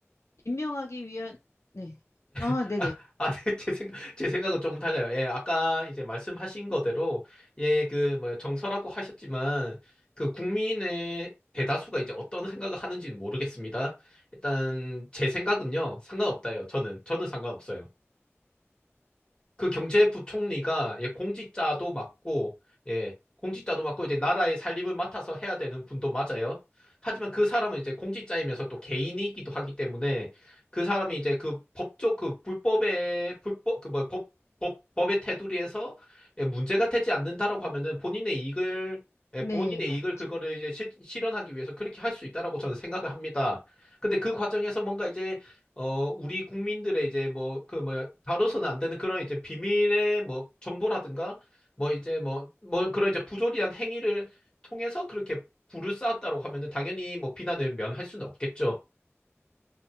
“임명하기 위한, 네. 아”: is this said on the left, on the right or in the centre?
Left